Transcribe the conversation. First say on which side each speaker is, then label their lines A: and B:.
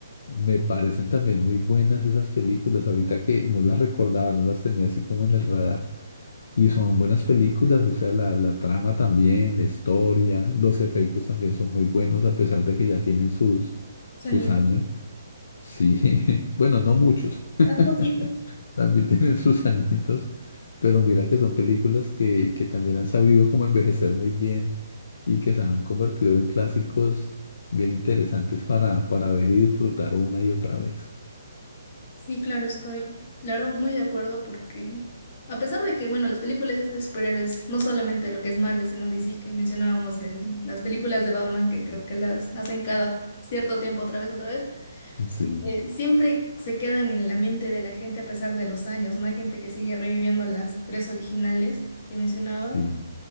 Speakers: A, on the left (about 65°); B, on the left (about 40°).
A: Me parecen también muy buenas esas películas, ahorita que no las recordaba, no las tenía así como en el radar. Y son buenas películas, o sea, la, la trama también, la historia, los efectos también son muy buenos, a pesar de que ya tienen sus,
B: Sueñito.
A: sus años. Sí, <laughs> bueno, no muchos, <laughs>
B: A <laughs> poquito.
A: también tienen sus añitos, pero mira que son películas que, que también han sabido cómo envejecer muy bien y que se han convertido en clásicos bien interesantes para, para ver y disfrutar una y otra vez.
B: Sí, claro, estoy, la verdad, muy de acuerdo porque, a pesar de que, bueno, las películas esas de superhéroes, no solamente lo que es Marvel, sino DC, que mencionábamos de las películas de Batman, que
A: Mm.
B: creo que las hacen cada cierto tiempo, otra vez, otra vez,
A: Sí,
B: eh, siempre se quedan en la mente de la gente a pesar de los años, ¿no? Hay gente que sigue reviviendo las tres originales que mencionaba,
A: sí,